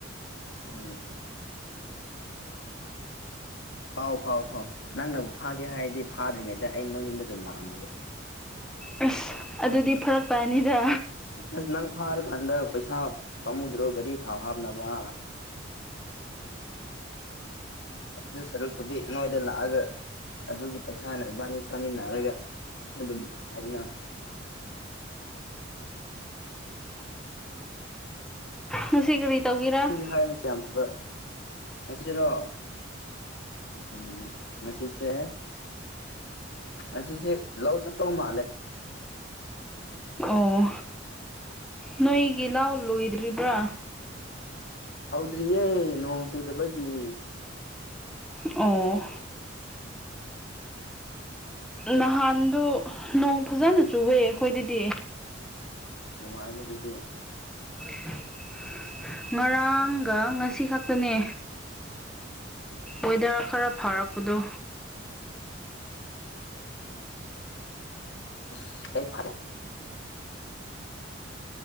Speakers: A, on the left; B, in the centre.
A: ꯎꯝ ꯐꯥꯎ ꯐꯥꯎ ꯐꯥꯎ ꯅꯪꯅꯕꯨ ꯐꯥꯒꯦ ꯍꯥꯏꯔꯗꯤ ꯐꯥꯗ꯭ꯔꯤꯉꯩꯗ ꯑꯩ ꯅꯣꯏ ꯌꯨꯝꯗ ꯑꯗꯨꯝ ꯂꯥꯛꯑꯝꯃꯒꯦ
B: ꯑꯁ ꯑꯗꯨꯗꯤ ꯐꯔꯛꯄꯅꯤꯗ
A: ꯑꯁ ꯅꯪ ꯐꯥꯔ ꯀꯥꯟꯗ ꯄꯩꯁꯥ ꯄꯥꯝꯃꯨꯗ꯭ꯔꯣ ꯒꯥꯔꯤ ꯊꯥꯎ ꯍꯥꯞꯅꯕ ꯑꯗꯨ ꯁꯔꯨꯛꯄꯨꯗꯤ ꯅꯣꯏꯗ ꯂꯥꯛꯑꯒ ꯑꯗꯨꯒꯤ ꯄꯩꯁꯥꯅ ꯏꯕꯥꯅꯤ ꯆꯥꯃꯤꯟꯅꯔꯒ ꯑꯗꯨꯝ ꯑꯩꯅ
B: ꯉꯁꯤ ꯀꯔꯤ ꯇꯧꯒꯦꯔꯥ
A: ꯑꯩ ꯍꯥꯏꯕꯁꯦ ꯌꯥꯝ ꯐꯕ ꯉꯁꯤꯔꯣ ꯎꯝ ꯉꯁꯤꯁꯦ ꯉꯁꯤꯁꯦ ꯂꯧ ꯆꯠꯇꯧ ꯃꯥꯜꯂꯦ
B: ꯑꯣ ꯅꯣꯏꯒꯤ ꯂꯧ ꯂꯣꯏꯗ꯭ꯔꯤꯕ꯭ꯔꯥ
A: ꯍꯧꯗ꯭ꯔꯤꯌꯦ ꯅꯣꯡ ꯆꯨꯗꯕꯒꯤ
B: ꯑꯣ ꯅꯍꯥꯟꯗꯣ ꯅꯣꯡ ꯐꯖꯅ ꯆꯨꯋꯦ ꯑꯩꯈꯣꯏꯗꯗꯤ
A: ꯅꯨꯉꯥꯏꯅꯤ ꯑꯗꯨꯗꯤ
B: <inaudible> ꯉꯔꯥꯡꯒ ꯉꯁꯤ ꯈꯛꯇꯅꯦ ꯋꯦꯗꯔ ꯈꯔ ꯐꯔꯛꯄꯗꯣ
A: <unintelligible>